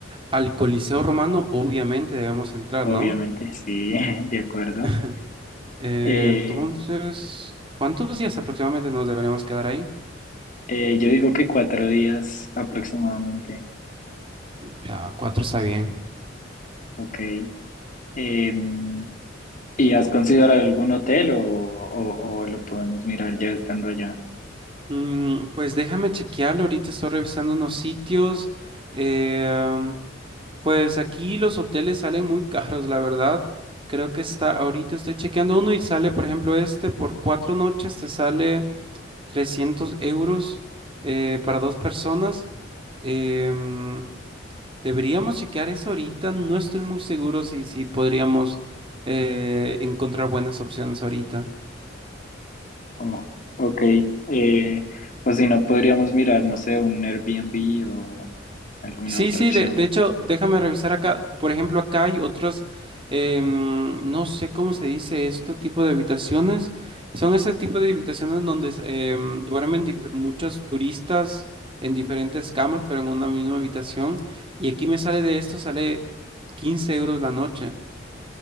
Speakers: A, on the right; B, on the left.
A: Al Coliseo Romano, obviamente, debemos entrar,
B: obviamente,
A: ¿no?
B: sí, <laughs> de acuerdo.
A: <laughs> Eh,
B: Eh,
A: entonces, ¿cuántos días aproximadamente nos deberíamos quedar ahí?
B: eh, yo digo que cuatro días aproximadamente,
A: Ya, cuatro está bien.
B: ok. Em, ¿Y has considerado algún hotel o, o- o lo podemos mirar ya estando allá?
A: Mm, pues déjame chequearlo. Ahorita estoy revisando unos sitios. Eh, Pues aquí los hoteles salen muy caros, la verdad. Creo que está, ahorita estoy chequeando uno y sale, por ejemplo, este por cuatro noches te sale 300 euros eh, para dos personas. Em, deberíamos chequear eso ahorita. No estoy muy seguro si, si podríamos eh, encontrar buenas opciones ahorita.
B: Como, ok, eh, o si no, podríamos mirar, no sé, un Airbnb o alguna
A: Sí,
B: otra
A: sí,
B: opción.
A: de, de hecho, déjame revisar acá. Por ejemplo, acá hay otros, em, no sé cómo se dice esto, tipo de habitaciones. Son ese tipo de habitaciones donde s- em, duermen dif- muchos turistas en diferentes camas, pero en una misma habitación. Y aquí me sale de esto, sale 15 euros la noche.